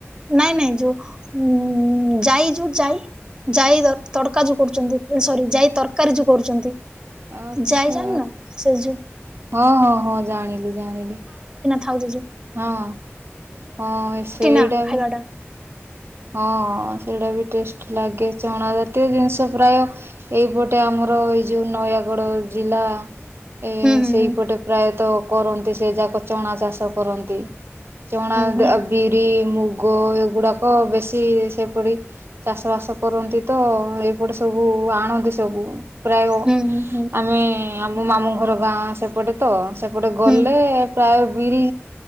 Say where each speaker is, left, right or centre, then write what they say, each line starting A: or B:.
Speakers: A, on the right; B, on the right.
A: ନାଇଁ ନାଇଁ ଯୋଉ ଉଁ ଯାଇ ଯାଇ ଜାଇ ତଡକା ଯୋଉ କରୁଛନ୍ତି। ସରି ଜାଇ ତରକାରୀ ଯୋଉ କରୁଛନ୍ତି।
B: ଆଚ୍ଛା
A: ଜାଇ ଯାଣିନ? ସେ ଯଉ
B: ହଁ ହଁ ହଁ ଜାଣିଲି ଜାଣିଲି।
A: ଥାଉ ଜିଜୁ।
B: ହଁ ହଁ ସେଇଟା
A: ନା
B: ବି
A: ଖାଇବା ଟା
B: ହଁ ସେଇଟା ବି ଟେଷ୍ଟ ଲାଗେ ଚଣା ଜାତୀୟ ଜିନିଷ ପ୍ରାୟ। ଏହିପଟେ ଆମର ଏଇ ଯେଉଁ ନୟାଗଡ଼ ଜିଲ୍ଲା ଏ
A: ହୁଁ ହୁଁ
B: ସେଇପଟେ
A: ହୁଁ
B: ପ୍ରାୟତଃ। କରନ୍ତି। ସେ ଯାକ ଚଣା ଚାଷ କରନ୍ତି ଚଣା
A: ହୁଁ
B: ବିରି ମୁ। ଗୋ ଏଗୁଡ଼ାକ ବେଶୀ ସେପରି। ଚାଷ ବାସ କରନ୍ତି ତ ଏଇପଟେ ସବୁ ଆଣନ୍ତି ସବୁ। ପ୍ରାୟ
A: ହୁଁ ହୁଁ ହୁଁ ହୁଁ ହୁଁ
B: ଆମେ ଆମ ମାମୁଁ ଘର ଗାଁ ସେପଟେ ତ ସେପଟେ ଗଲେ
A: ହୁଁ
B: ପ୍ରାୟ ବିରି,